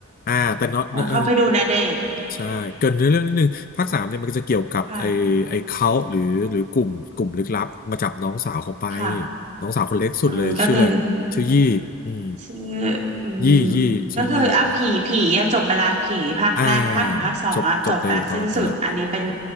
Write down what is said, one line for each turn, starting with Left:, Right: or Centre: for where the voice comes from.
Left: อ่าแต่เนาะเออ
Right: ควรเข้าไปดูณเดชน์
Left: ใช่เกรินในเรื่องนิดนึงภาคสามเนี่ยมันก็จะเกี่ยวกับไอ้ไอ้เขาหรือหรือกลุ่มกลุ่มลึกลับมาจับน้องสาวเขาไป
Right: ค่ะค่ะ
Left: น้องสาวคนเล็กสุดเลยชื่ออะไรชื่อยี่อืม
Right: อืมก็คือ ชื่ออืม
Left: ยี่ยี่ชื่อยี่เนอะ
Right: ก็คืออ่ะผีผีอ่ะจบไปละผีภาคแรกภาคหนึ่งภาคสองอ่ะจบไปละสิ้นสุดอันนี้เป็น
Left: อ่าจบจบในตอนไปละ